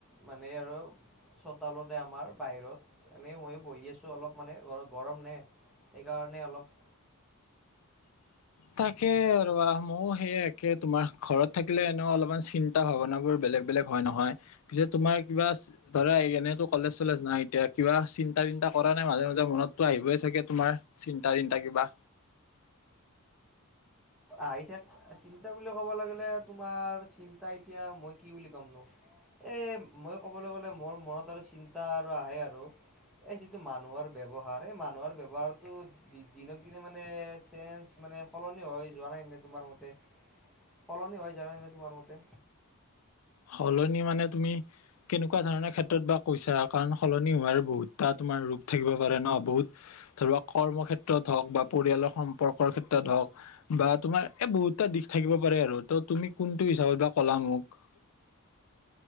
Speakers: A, in the centre; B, on the left.
A: মানে আৰু চোতালতে আমাৰ বাহিৰত, এনে মইয়ো বহি আছোঁ অলপ মানে গৰম নে সেইকাৰণে অলপ
B: তাকে ৰ'বা। ময়ো সেয়ে একে তোমাৰ- ঘৰত থাকিলে এনে অলপমান চিন্তা-ভাৱনাবোৰ বে লেগ-বেলেগ হয়, নহয়? পিছে তোমাৰ কিবা ধৰা এনেতো কলেজ-চলেজ নাই এতিয়া। কিবা চিন্তা ন্তা কৰা নে মাজে মাজে? মনততো আহিবই চাগে তোমাৰ, চিন্তা-তিন্তা কিবা?
A: আহি থাক- চিন্তা বুলি ক'ব লাগিলে তোমাৰ, চিন্তা এতিয়া মই কি বুলি কম নো? এ মই ক'বলৈ গ'লে মোৰ মনত আৰু চিন্তা আৰু আহে আৰু। এই যিটো মানুহৰ ব্যৱহাৰ এই মানুহৰ ব্যৱহাৰটো দিনক দিনে মানে চেঞ্জ মানে সলনি হয় যোৱা নাই নে তোমাৰ মতে, সলনি হৈ যোৱা নাই নে তোমাৰ মতে?
B: সলনি মানে তুমি কেনেকুৱা ধৰণৰ ক্ষেত্ৰত বা কৈছা, কাৰণ সলনি হোৱাৰ বহুতটা তুমাৰ ৰ থাকিব পাৰে ন বহুত, ধৰিলক কৰ্ম ক্ষেত্ৰত হওক বা পৰিয়ালৰ সম্পৰ্কৰ ক্ষেত্ৰত হওঁক বা তোমাৰ এই বহুতটা দিশ থাকিব পাৰে আৰু ত তুমি কোনটো হিচাপত বা ক'লা মোক?